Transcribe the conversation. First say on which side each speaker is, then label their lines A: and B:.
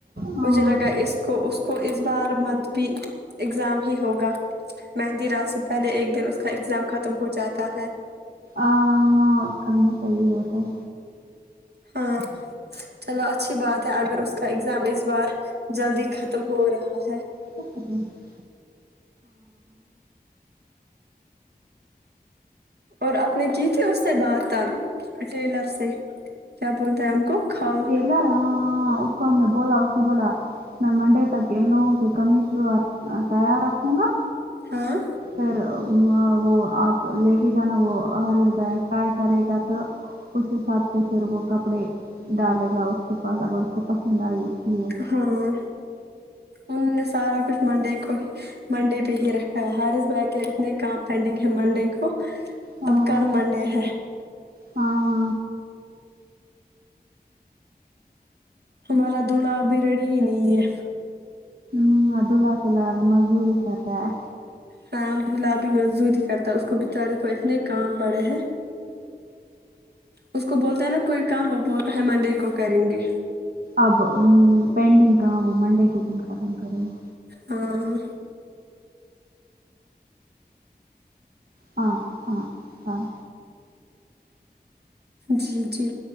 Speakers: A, on the right; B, on the right.
A: ہاں
B: مجھے لگا اس کو اس کو اس بار مت بھی ایگزام ہی ہوگا مہندی رات سے پہلے ایک دن اس کا ایگزام ختم ہو جاتا ہے
A: آ ہاں کہانا صحیح ہے بتائی
B: ہاں چلو اچھی بات ہے اگر اس کا ایگزام اس بار جلدی ختم ہو رہا ہے
A: کیا کر رہی
B: اور آپ نے کی تھی اس سے بات ٹیلر سے کیا بولتے ہیں ہم کو کھال
A: ٹیلر ہاں اس کو ہم نے بولا اس نے بولا میں منڈے تک ان لوگوں کے کمیز شلوار تیار رکھوں گا
B: ہاں
A: پھر وہ آپ لے کے جانا وہ ہری بیگ فرائی کرے گا تو اس حساب سے پھر وہ کپڑے ڈالے گا اس کے پاس اگر اس کو پسند آئی اس لیے
B: ہاں ان نے سارا کچھ منڈے کو منڈے پہ ہی رکھا ہے ہارس بھائی کیا اتنے کام پینڈنگ ہے منڈے کو
A: ہاں
B: اب کل منڈے ہے
A: ہاں
B: ہمارا دلہا اب بھی رڑی ہی نہیں ہے
A: ہمم ابدولا فیل ہل مزدوری کرا ہے
B: ہ گلابی مزود ہی کرتا ہے اس کو بچارے کو اتنے کام پڑے ہیں اس کو بولتے ہیں نا کوئی کام وہ بہت ہیمندی کو کریں گے
A: اب پینڈنگ کام وہ منڈے کے کن ختم کرے گے
B: ہاں
A: ہاں ہاں ہاں
B: جی جی